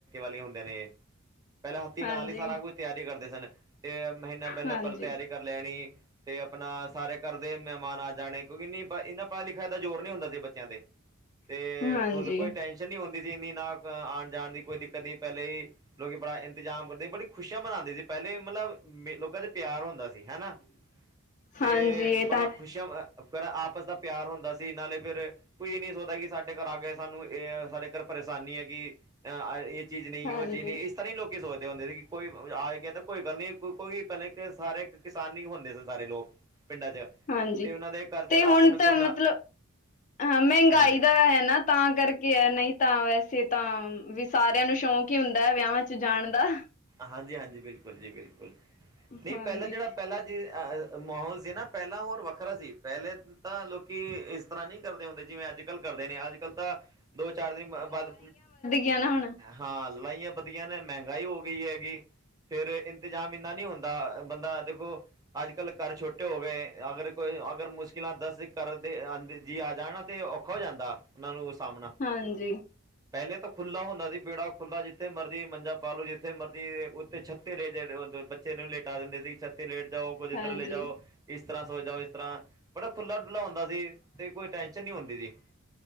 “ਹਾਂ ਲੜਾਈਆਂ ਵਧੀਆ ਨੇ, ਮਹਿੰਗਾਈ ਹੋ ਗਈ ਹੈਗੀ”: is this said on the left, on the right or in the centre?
Right